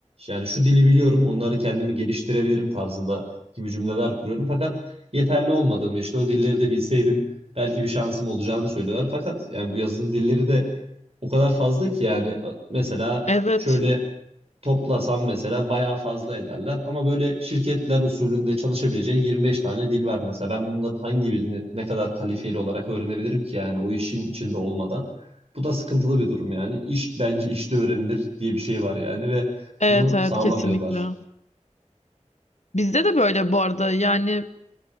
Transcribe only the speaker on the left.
Evet.
Evet
evet
kesinlikle. Bizde de böyle bu arada yani